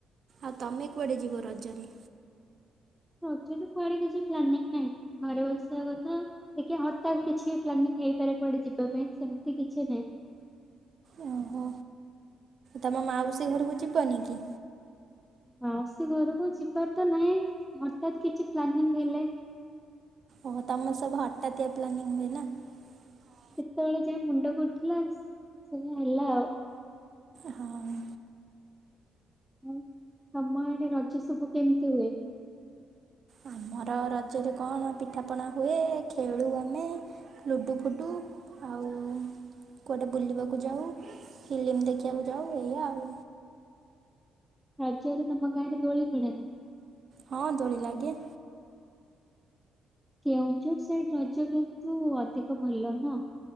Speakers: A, on the right; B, in the centre.
A: ଆଉ ତମେ କୁଆଡ଼େ ଯିବ ରଜରେ।
B: ରଜରେ କୁଆଡେ କିଛି ପ୍ଲାନିଂ ନାହିଁ ଘରେ ବସିବା କଥା ଦେଖିବା ହଠତ୍ କିଛି ପ୍ଲାନିଂ ହେଇପାରେ କୁଆଡେ ଯିବା ପାଇଁ ସେମିତି କିଛି ନାଇଁ।
A: ଓହୋ ତମ ମାଉସୀ ଘରକୁ ଯିବନି କି?
B: ମାଉସୀ ଘରକୁ ଯିବାର ତ ନାହିଁ ହଠାତ୍ କିଛି ପ୍ଲାନିଂ ହେଲେ।
A: ଓହୋ ତମ ସବୁ ହଠାତିଆ ପ୍ଲାନିଙ୍ଗ ହୁଏନା।
B: ସେତେବେଳେ ଯାହା ମୁଣ୍ଡ ଉଠିଲା ସେଇଆ ହେଲା ଆଉ।
A: ହଁ।
B: ଆଉ ତମ ଆଡେ ରଜ ସବୁ କେମିତି ହୁଏ?
A: ଆମର ରଜରେ କଣ ପିଠାପଣା ହୁଏ। ଖେଳୁ ଲୁଡୁ ଫୁଡୁ ଆଉ କୁଆଡ଼େ ବୁଲିବାକୁ ଯାଉ ଫିଲ୍ମ ଦେଖିବାକୁ ଯାଉ ଏଇଆ ଆଉ।
B: ରଜରେ ତମ ଗାଁରେ ଦୋଳି ପଡେନା?
A: ହଁ ଦୋଳି ଲାଗେ।
B: କେଉଁଝର ସାଇଡ ରଜ କିନ୍ତୁ ଅଧିକ ଭଲ ନା?